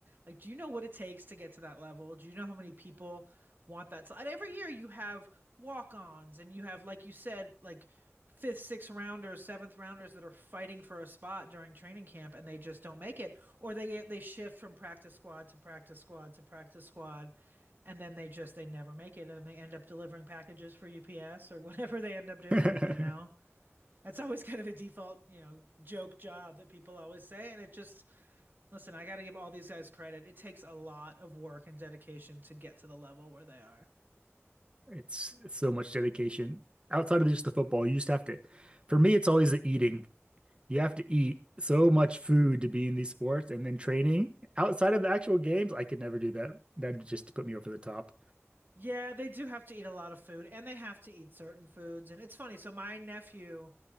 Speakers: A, on the right (about 45°); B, on the right (about 25°).
A: Like, do you know what it takes to get to that level? Do you know how many people want that? So, and every year you have walk-ons and you have, like you said, like fifth, sixth rounders, seventh rounders that are fighting for a spot during training camp and they just don't make it, or they get they shift from practice squad to practice squad to practice squad. And then they just they never make it and they end up delivering packages for UPS or <laughs> whatever they end up doing,
B: <laughs>
A: you know? That's always <laughs> kind of the default, you know, joke job that people always say. And it just, listen, I got to give all these guys credit. It takes a lot of work and dedication to get to the level where they are.
B: It's, it's so much dedication. Outside of just the football, you just have to. For me, it's always the eating. You have to eat so much food to be in these sports, and then training outside of the actual games. I could never do that. That just put me over the top.
A: Yeah, they do have to eat a lot of food and they have to eat certain foods. And it's funny. So, my nephew